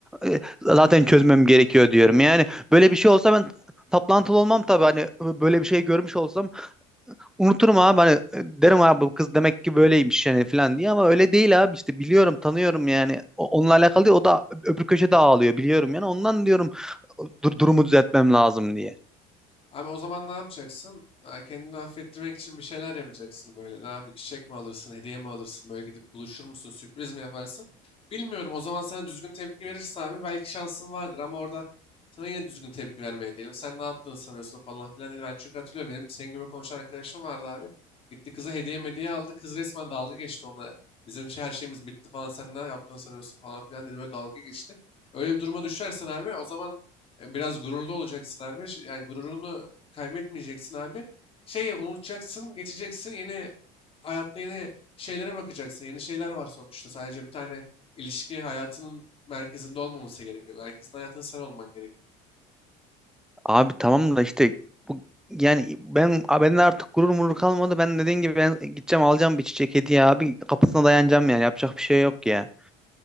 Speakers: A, in the centre; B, on the left.
A: e, zaten çözmem gerekiyor diyorum. Yani böyle bir şey olsa ben taplantılı olmam tabii. Hani böyle bir şey görmüş olsam unuturum abi. Hani e, derim abi bu kız demek ki böyleymiş yani falan diye ama öyle değil abi. İşte biliyorum, tanıyorum yani. O- Onunla alakalı değil. O da öbür köşede ağlıyor biliyorum yani. Ondan diyorum dur- durumu düzeltmem lazım diye.
B: Abi o zaman ne yapacaksın? Ha, Kendini affettirmek için bir şeyler yapacaksın böyle. Ne yapayım? Çiçek mi alırsın? Hediye mi alırsın? Böyle gidip buluşur musun? Sürpriz mi yaparsın? Bilmiyorum. O zaman sana düzgün tepki verirse abi belki şansın vardır ama orada sana yine düzgün tepki vermeye diyelim. Sen ne yaptığını sanıyorsun falan filan dedi. Ben çünkü hatırlıyorum benim senin gibi konuşan arkadaşım vardı abi. Gitti kıza hediye hediye aldı. Kız resmen dalga geçti onunla. Bizim şey, her şeyimiz bitti falan. Sen ne yaptığını sanıyorsun falan filan dedi. Böyle dalga geçti. Öyle bir duruma düşersen abi o zaman e, Biraz gururlu olacaksın abi. Ş- Yani gururunu kaybetmeyeceksin abi. Şeyi unutacaksın, geçeceksin. Yeni hayatta yeni şeylere bakacaksın. Yeni şeyler var sonuçta. Sadece bir tane ilişki hayatının merkezinde olmaması gerekiyor. Merkezinde hayatın sen olman gerekiyor.
A: Abi tamam da işte bu yani ben a- bende artık gurur murur kalmadı. Ben dediğin gibi ben gideceğim alacağım bir çiçek hediye abi. Kapısına dayanacağım yani. Yapacak bir şey yok ya.